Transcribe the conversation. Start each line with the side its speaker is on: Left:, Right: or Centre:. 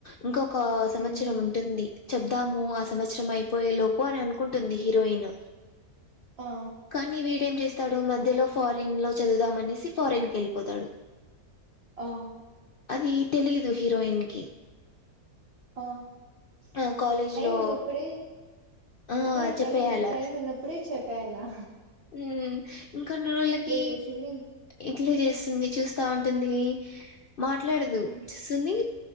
Left: ఇంకొక సంవత్సరం
Right: ఉమ్
Left: ఉంటుంది చబ్ ము ఆ సంవత్సరం అయిపోయే లో పో అని అనుకుంటుంది హీరోయిన్
Right: ఆ
Left: కానీ వీడేం చేస్ తాడు మధ్యలో ఫారిన్ లో చదువుదాంనేసి ఫారెన్ కి వెళ్ళిపోతాడు
Right: ఆ
Left: అది తెలీదు హీరోయిన్ కి
Right: ఆ
Left: ఆ కాలేజ్
Right: టైమ్
Left: లో
Right: ఉన్నప్పుడే
Left: ఆ
Right: అదే
Left: చెప్పేయాల
Right: టై టైమ్ ఉన్నప్పుడే చెప్పేలా
Left: ఉమ్ ఇంకొన్ని రోజళకి
Right: చేసింది
Left: ఎట్లా చేస్తుంది చూస్తా ఉంటుంది మాట్లాడదు
Right: ఉమ్
Left: చస్తుంది